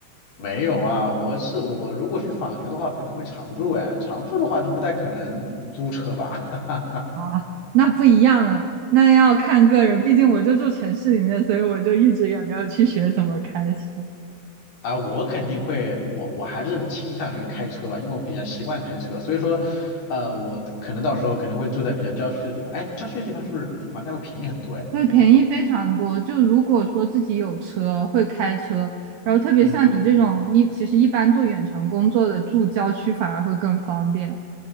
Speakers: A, on the left; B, on the right.
A: 没有啊，我是我如果去访学的话，可能会常住哎，常住的话就不太可能租车吧。<laughs> 哈哈。
B: 啊，那不一样了，那要看个人，毕竟我就住城市里面，所以我就一直也没有去学怎么开车。
A: 啊，我肯定会，我我还是倾向于开车吧，因为我比较习惯开车，所以说，呃，我可能到时候可能会住在比较郊区的地方。哎，郊区的地方是不是房价会便宜很多哎？
B: 对，便宜非常多。就如果说自己有车，会开车，然后特别像你这种一，
A: 嗯
B: 其实一般做远程工作的，住郊区反而会更方便。